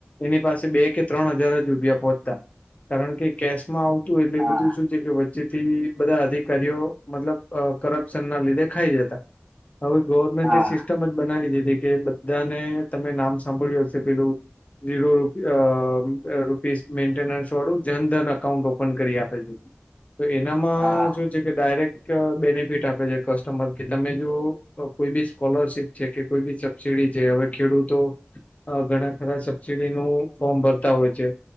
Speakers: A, on the left; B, on the right.
A: એની પાસે બે કે ત્રણ હજાર જ રૂપિયા પહોંચતા કારણ કે કેશમાં આવું તું એટલે
B: હા
A: બધું શું છે કે જેથી બધા અધિકારીઓ મતલબ કરપ્શન ના લીધે ખાઈ જતા હવે ગવર્મેન્ટ
B: હા
A: એ સિસ્ટમ જ બનાવી દીધી કે બધાને તમે નામ સાંભળ્યું હશે પેલું ઝીરો અ રૂપીસ મેન્ટેનન્સ વાળું જનધન અકાઉન્ટ ઓપન કરી આપે છે તો એનામાં
B: હા
A: શું છે કે ડાયરેક્ટ બેનિફિટ આપે છે કસ્ટમર કે તમે જો કોઈ બી સ્કોલરશીપ છે કે કોઈ બી સબસીડી છે હવે ખેડૂતો અ ઘણા ખરા સબસીિડીનું ફોર્મ ભરતા હોય છે